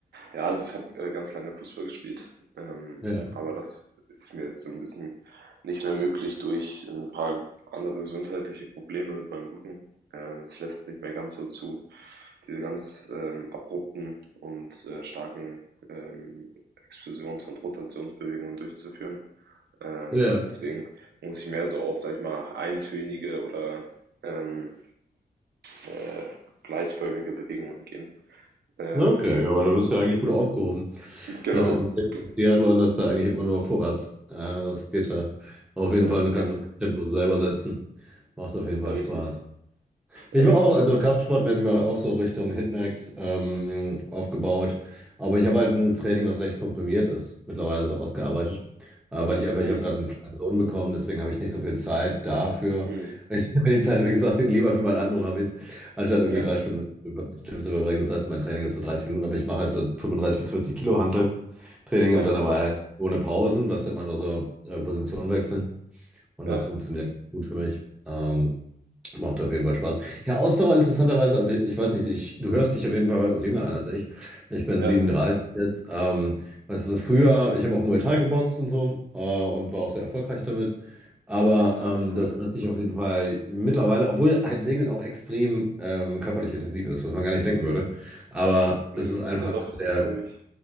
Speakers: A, on the right (about 85°); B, in the centre.
A: Ja, also ich habe äh, ganz lange Fußball gespielt, ähm,
B: Ja,
A: aber das ist mir jetzt so ein bisschen nicht mehr möglich durch ein paar andere gesundheitliche Probleme mit meinem Rücken. Ähm, das lässt nicht mehr ganz so zu, diese ganz ähm, abrupten und äh, starken ähm, Explosions- und Rotationsbewegungen durchzuführen. Ähm,
B: ja.
A: deswegen muss ich mehr so auch, sag ich mal, eintönige oder ähm, äh, gleichförmige Bewegungen gehen. Ähm,
B: Okay, ja, aber da bist du ja eigentlich gut aufgehoben.
A: genau.
B: Also im
A: Ge-
B: Triathlon ist ja eigentlich immer nur vorwärts. Ah, das geht ja auf jeden
A: äh,
B: Fall. Du kannst
A: ja.
B: das Tempo selber setzen. Macht auf jeden Fall
A: Ja, richtig.
B: Spaß. Ich
A: Ja,
B: mache
A: genau.
B: auch, also kraftsportmäßig mache ich auch so Richtung Hitmax ähm, aufgebaut. Aber ich habe halt ein Training, was recht komprimiert ist, mittlerweile so ausgearbeitet. Äh, weil ich einfach,
A: Mhm.
B: ich habe gerade einen kleinen Sohn bekommen, deswegen habe ich nicht so viel Zeit dafür.
A: Mhm.
B: Ich nehme mir die Zeit, habe ich gesagt, lieber für meine anderen Hobbys, anstatt irgendwie
A: Ja,
B: drei Stunden im Gym zu verbringen. Das heißt, mein Training ist so 30 Minuten, aber ich mache halt so 35 bis 40 Kilo Hantel-Training
A: ja,
B: und dann dabei halt ohne Pausen, was immer nur so äh, Positionen wechseln. Und
A: ja,
B: das funktioniert ganz gut für mich. Ähm, macht auf jeden Fall Spaß. Ja, Ausdauer interessanterweise, also ich weiß nicht, ich, du hörst dich auf jeden Fall weitaus jünger an als ich. Ich bin
A: ja.
B: 37 jetzt. Ähm, weißt du, früher, ich habe auch Muay Thai geboxt und so äh, und war auch sehr erfolgreich damit. Aber
A: Auch interessant,
B: ähm,
A: cool.
B: das hat sich auf jeden Fall mittlerweile, obwohl halt Segeln auch extrem ähm, körperlich intensiv ist, was man gar nicht denken würde. Aber
A: Mhm.
B: es ist einfach
A: Ja, doch,
B: einer der
A: glaube ich.